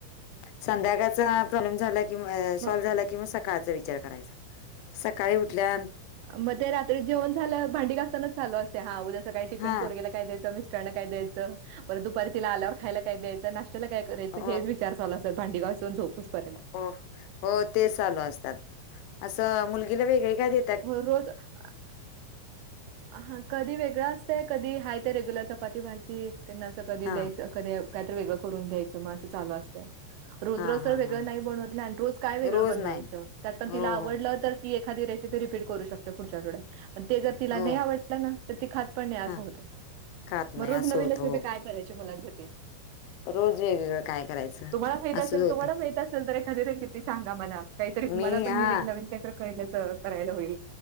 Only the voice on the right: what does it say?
मग
म ते रात्री जेवण झाल्यावर भांडी घासतानाच चालू असतय, हा उद्या सकाळी टिफिन
पोरग्याला काय द्यायचा. मिस्टरांना काय द्यायचं. परत दुपारी तिला आल्यावर खायला काय द्यायचं. नाष्ट्याला काय करायचं.
हेच विचार चालू असत्यात. भांडी घासून झोपूस पर्यंत.
होय रोज आ हा कधी वेगळ असतंय, कधी हाय ते रेग्युलर चपाती भाजी, त्यांना असं कधी
द्यायचं. कधी, काहीतर वेगळं करून द्यायचं मग असं चालू असतय. रोज
रोज तर
वेगळं
नाही बनवत. मी आणि रोज काय वेगळं
बनवायचं,
त्यात पण
तिला आवडलं
तर ती एखादी रेसिपी रिपीट करू शकतोय पुढच्या आठवड्यात, पण ते जर तिला
नाही आवडल ना, तर ती खात पण नाही असं
होतय.
मग रोज
नवीन
रेसिपी
काय करायची, मुलांसाठी.
तुम्हाला माहित
असेल
तुम्हाला माहित असल तर एखादी रेसिपी सांगा मला. काहीतरी
मला पण
युनिक नवीन काहीतरी काळलच करायला होईल.